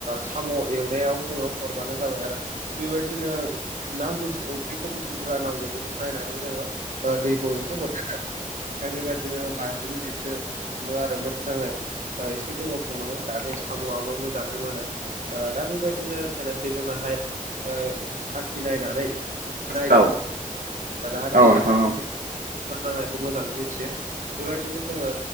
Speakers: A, on the right; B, on the right.
A: साम' एवनायाव जोङो हरबानो जाबाय आरो बेबायदिनो नांगौ ओंख्रिखौ बेसे बुरजा नांगौ बेखौ नायनानै जोङो ओ दैखौ एसे हरदेरदो ओमफ्राय बेबायदिनो बाजि मिनिटसो संदो आरो मोजाङै एसे गोबाव संनांगौ जाहाथे खाम'आबो मोजाङै मोनो। ओ दा बेबायदिनो जायनाखि जोंनाहाय ओ साखि नायनानै नायदो
B: औ
A: जाहाथे
B: औ नोंथां
A: स
B: औ
A: नांनायखौ मोजाङै मिथियो बेबायदिनो जोङो